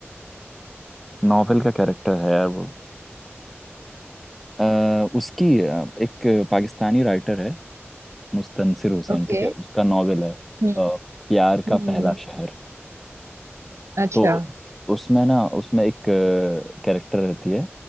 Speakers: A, in the centre; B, on the right (about 80°).
A: नॉवेल का कैरेक्टर है यार वो अ, उसकी अ, एक पाकिस्तानी राइटर है मुस्तनसिर हुसैन
B: ओके
A: ठीक है उसका नॉवेल है अ,
B: हम्म okay,
A: प्यार का
B: हम्म
A: पहला
B: हम्म,
A: शहर
B: अच्छा
A: तो उसमें ना उसमें एक कैरेक्टर रहती है